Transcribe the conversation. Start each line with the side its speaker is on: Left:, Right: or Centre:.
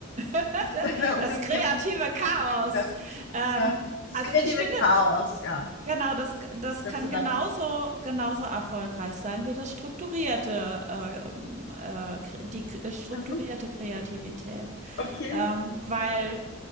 Right: <laughs>
Left: <laughs> um
Right: das
Left: im
Right: kreative
Left: Thema zu
Right: Chaos.
Left: bleiben.
Right: Ähm,
Left: Ja, das
Right: also
Left: kreative
Right: ich finde
Left: Chaos, ja.
Right: Genau, das das
Left: Was denkst
Right: kann
Left: du davon?
Right: genauso genauso erfolgreich sein wie das strukturierte, äh, ähm, äh, kre die k äh, strukturierte
Left: Also,
Right: Kreativität.
Left: okay.
Right: Ähm, weil,
Left: Mit